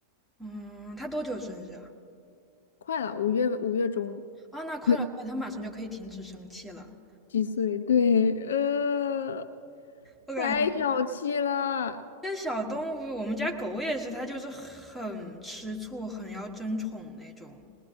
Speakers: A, in the centre; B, on the left (about 60°).
A: 嗯，他多久生日啊？
B: 快了，五月五月中。
A: 啊，那快了，
B: <laughs>
A: 快，他马上就可以停止生气了。
B: 几岁？对，呃，
A: 我感觉
B: 太小气了。
A: 这小动物，我们家狗也是，它就是很吃醋，很要争宠那种。